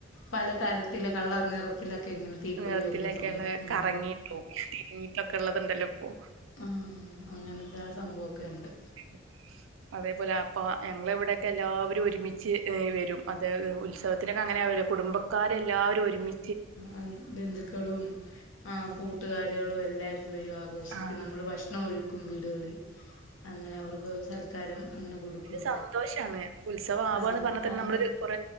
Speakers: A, on the left; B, on the right.
A: പലതരത്തില കള്ള നിറത്തിലൊക്കെ ഇങ്ങനെ തീപ്പൊരി
B: നിറത്തിലൊക്കെള്ള
A: വരുന്ന സംഭവം ഉം
B: കറങ്ങിട്ടോ തിരിങ്ങീട്ടൊക്കെ ഉള്ളത്ണ്ടല്ലോ ഇപ്പോ
A: അഹ് അങ്ങനെന്ത സംഭവമൊക്കെ ഉണ്ട്
B: <inaudible> അതേപോലെ അപ്പൊ ഞങ്ങള ഇവിടെയൊക്കെ എല്ലാവരും ഒരുമിച്ച് വരും അത് ഉത്സവത്തിനൊക്കെ അങ്ങനെ ആവല്ലോ കുടുംബ ക്കാരെല്ലാവരും ഒരുമി
A: ആ ബന്ധുക്കളും ആ
B: അപ്പൊ
A: കൂട്ടുകാ കുട്ടികളും എല്ലാരും വരും ആഘോഷിക്കും
B: ആഹ്
A: നമ്മള് ഭക്ഷണം ഒരുക്കും വീടുകളിൽ അങ്ങനെ അവർക്ക് സൽക്കാരം അങ്ങനെ കൊടുക്കും
B: സന്തോഷമാണ് ഉത്സവ ആവുക
A: അത്
B: എന്ന് പറഞ്ഞാൽ തന്നെ
A: അത്
B: നമ്മള് കൊറ